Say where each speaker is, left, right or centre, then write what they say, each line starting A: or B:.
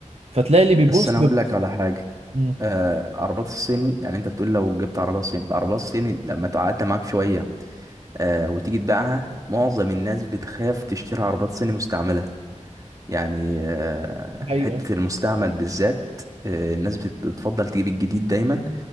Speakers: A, on the right; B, on the right.
A: فتلاقي اللي بيبص
B: بس انا
A: ب-
B: اقول لك على حاجة
A: مم.
B: آه، عربات الصيني يعني انت بتقول لو جبت عربيه صيني العربيه الصيني لما تعدي معاك شويه آه وتيجي تبيعها معظم الناس بتخاف تشتري عربيات صيني مستعمله يعني آه
A: الحقيقة
B: حته المستعمل بالذات آه الناس بت- بتفضل تجيب الجديد دايما